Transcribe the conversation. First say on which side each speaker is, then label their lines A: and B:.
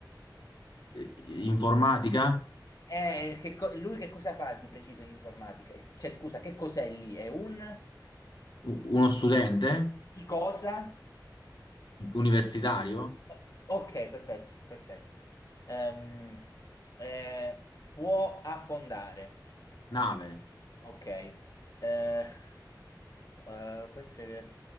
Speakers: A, on the left (about 75°); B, on the left (about 50°).
A: Eh, Informatica?
B: Eh, che co- lui che cosa fa di preciso in informatica? Cioè, scusa, che cos'è lì? È un
A: U- Uno studente?
B: di cosa?
A: Universitario,
B: O- Ok, perfetto, perfetto. Ehm, eh, può affondare.
A: Nave,
B: Ok. Eh, eh, queste